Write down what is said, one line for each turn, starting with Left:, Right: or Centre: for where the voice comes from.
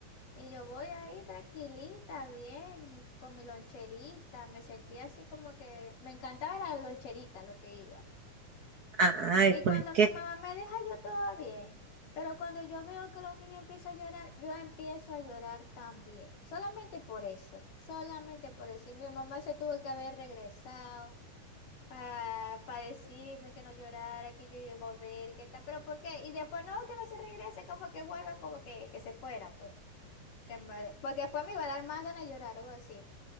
Left: y yo voy ahí tranquilita, bien, y con mi loncherita. Me sentía así como que me encantaba era la loncherita lo que iba.
Right: ay,
Left: Y
Right: pues
Left: cuando
Right: que,
Left: mi mamá me deja, yo todo bien. Pero cuando yo veo que los niños empiezan a llorar, yo empiezo a llorar también. Solamente por eso, solamente por eso. Y mi mamá se tuvo que haber regresado para decirme que no llorara, que yo iba a volver, que tal. Pero ¿por qué? Y después no, que no se regrese, como que vuelva, como que, que se fuera, pues. Que en vez de- Porque después me iba a dar más ganas de llorar, algo así.